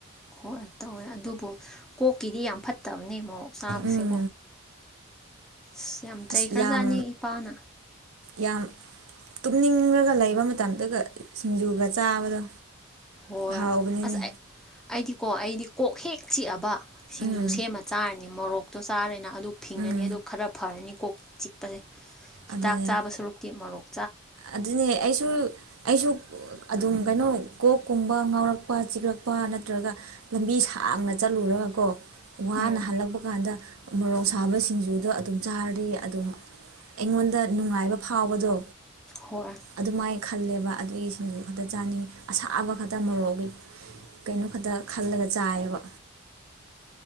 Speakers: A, in the centre; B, on the right (about 90°).
A: ꯍꯣꯏ ꯇꯧꯋꯦ ꯑꯗꯨꯕꯨ ꯀꯣꯛꯀꯤꯗꯤ ꯌꯥꯝ ꯐꯠꯇꯕꯅꯦ ꯃꯣꯔꯣꯛ ꯆꯥꯕꯁꯦꯀꯣ
B: ꯎꯝ
A: ꯑꯁ ꯌꯥꯝ ꯆꯩꯈ꯭ꯔꯖꯥꯠꯅꯤ
B: ꯑꯁ ꯌꯥꯝ
A: ꯏꯄꯥꯅ
B: ꯌꯥꯝ ꯇꯨꯝꯅꯤꯡꯔꯒ ꯂꯩꯕ ꯃꯇꯝꯗꯨꯒ ꯁꯤꯡꯖꯨꯒ ꯆꯥꯕꯗꯣ
A: ꯍꯣꯏ
B: ꯍꯥꯎꯕꯅꯤꯅꯦ
A: ꯑꯁ ꯑꯩꯗꯤꯀꯣ ꯑꯩꯗꯤ ꯀꯣꯛ ꯍꯦꯛ ꯆꯤꯛꯑꯕ ꯁꯤꯡꯖꯨ
B: ꯎꯝ
A: ꯁꯦꯝꯃ ꯆꯥꯔꯅꯤ ꯃꯣꯔꯣꯛꯇꯣ ꯆꯥꯔꯦꯅ ꯑꯗꯨ ꯐꯤꯡꯉꯅꯤ
B: ꯎꯝ
A: ꯑꯗꯨ ꯈꯔ ꯐꯔꯅꯤ ꯀꯣꯛ ꯆꯤꯛꯄꯁꯦ ꯍꯤꯗꯥꯛ
B: ꯑꯗꯨꯅꯦ
A: ꯆꯥꯕ ꯁꯔꯨꯛꯇꯤ ꯃꯔꯔꯣꯛ
B: ꯑꯗꯨꯅꯦ ꯑꯩꯁꯨ ꯑꯩꯁꯨ ꯑꯗꯨꯝ ꯀꯩꯅꯣ ꯀꯣꯛꯀꯨꯝꯕ ꯉꯥꯎꯔꯛꯄ ꯆꯤꯛꯂꯛꯄ ꯅꯠꯇ꯭ꯔꯒ ꯂꯝꯕꯤ ꯁꯥꯡꯅ ꯆꯠꯂꯔꯕ ꯀꯣ ꯋꯥꯅ
A: ꯎꯝ
B: ꯍꯜꯂꯛꯄ ꯀꯥꯟꯗ ꯃꯣꯔꯣꯛ ꯁꯥꯕ ꯁꯤꯡꯖꯨꯗ ꯑꯗꯨꯝ ꯆꯥꯔꯤ ꯑꯗꯨꯝ ꯑꯩꯉꯣꯟꯗ ꯅꯨꯡꯉꯥꯏꯕ ꯐꯥꯎꯕꯗꯣ
A: ꯍꯣ ꯏ
B: ꯑꯗꯨꯃꯥꯏꯅ ꯈꯜꯂꯦꯕ ꯑꯗꯨꯒꯤ ꯁꯤꯡꯖꯨ ꯈꯛꯇ ꯆꯥꯅꯤꯡꯉꯤ ꯑꯁꯥꯕ ꯈꯛꯇ ꯃꯣꯔꯣꯛꯒꯤ ꯀꯩꯅꯣ ꯈꯛꯇ ꯈꯜꯂꯒ ꯆꯥꯏꯌꯦꯕ